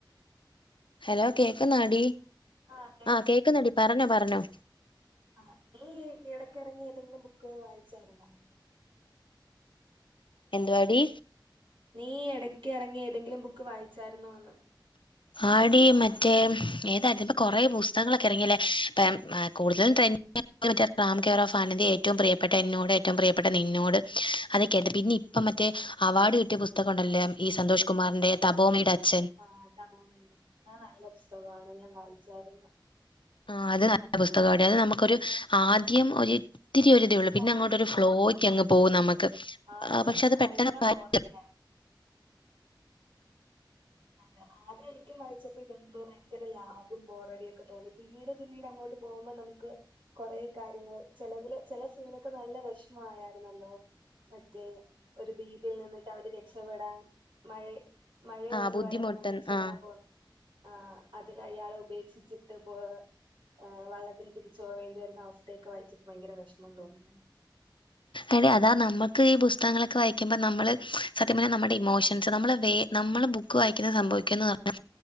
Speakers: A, on the left; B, on the right.
A: ഹലോ കേക്കുന്നാടി
B: ആ കേക്കണ്ട്
A: ആഹ് കേക്കുന്നടി പറഞ്ഞോ പറഞ്ഞോ
B: ആഹ് ഈ ഇടയ്ക്ക് എറങ്ങിയ ഏതെങ്കിലും ബുക്ക് വായിച്ചായിരുന്നോ
A: എന്തുവാടീ
B: നീ എടക്ക് എറങ്ങിയ ഏതെങ്കിലും ബുക്ക് വായിച്ചായിരുന്നോന്ന്
A: ആടി മറ്റേ ഏതായിരുന്നു ഇപ്പൊ കൊറേ പുസ്തകങ്ങളൊക്കെ എറങ്ങിയല്ലേ ഇപ്പം കൂടുതലും ട്രെൻ മറ്റെ റാം കെയർ ഓഫ് ആനന്ദി ഏറ്റോം പ്രിയപ്പെട്ട എന്നോട് ഏറ്റോം പ്രിയപ്പെട്ട നിന്നോട് അതൊക്കെ ആയിരുന്നു പിന്നി പ്പം മറ്റേ അവാർഡ് കിട്ടിയ പുസ്തകം ഒണ്ടല്ലൊ ഈ സന്തോഷ് കുമാറിന്റെ തപോമിയുടെ അച്ഛൻ
B: ആഹ് തപോമിയുടെ അച്ഛൻ അത് നല്ല പുസ്തകാണ് ഞാൻ വായിച്ചായിരുന്നു
A: ആഹ് അത് നല്ല പുസ്തകാഡി അത് നമ്മുക്കൊരു ആദ്യം ഒരി ത്തിരി ഒരിതേ ഉള്ളൂ പിന്നെ
B: ബോറടി
A: അങ്ങോട്ടൊരു
B: തോന്നും
A: ഫ്ലോയ്ക്കങ്ങ് പോവും
B: ആഹ്
A: നമ്മക്ക്
B: ആദ്യം
A: അഹ് പക്ഷെ അത്
B: നല്ല
A: പെട്ടെന്ന്
B: ബോറടിയായിരുന്നു
A: <unintelligible>
B: അതെ ആദ്യം എനിക്കും വായിച്ചപ്പോ ഇതെന്തോ ഭയങ്കര ലാഗും ബോറടിയും ഒക്കെ തോന്നി പിന്നീട് പിന്നീട് അങ്ങോട്ട് പോവുമ്പം നമുക്ക് കൊറെ കാര്യങ്ങള് ചെലതില് ചെല സീനൊക്കെ നല്ല വെഷ്മം ആയാരുന്നല്ലോ മറ്റേ ഒരു ദ്വീപിൽ നിന്നിട്ട് അവര് രക്ഷപ്പെടാൻ മഴെ മഴയൊ
A: ആഹ്
B: ത്
A: ബുദ്ധിമുട്ട്
B: വര്മ്പാ അങ്ങനെ രക്ഷപ്പെടാൻ
A: ആഹ്
B: പോന്ന് ആഹ് അതിലയാളെ ഉപേക്ഷിച്ചിട്ട് പോ അഹ് വള്ളത്തില് തിരിച്ച് പോവേണ്ടി വരുന്ന അവസ്ഥയൊക്കെ വായിച്ചപ്പൊ ഭയങ്കര വെഷ്മം തോന്നി
A: എടേ അതാ നമ്മക്ക് ഈ പുസ്തകങ്ങളൊക്കെ വായിക്കുമ്പൊ നമ്മള് സത്യം പറഞ്ഞാ നമ്മടെ ഇമോഷൻസ് നമ്മളെ വേ നമ്മള് ബു ബുക്ക് വായിക്കുന്നെ സംഭവിക്കുന്നെ പറഞ്ഞാ